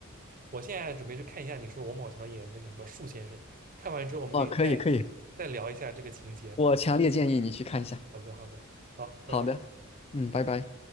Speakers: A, on the right; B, on the left.
A: 我现在准备去看一下你说王宝强演那个什么树先生，看完之后我们可以再
B: 哦，可以可以，
A: 再聊一下这个情节。
B: 我强烈建议你去看一下。
A: 好的，好的，好，
B: 好的，
A: 拜拜。
B: 嗯，拜拜。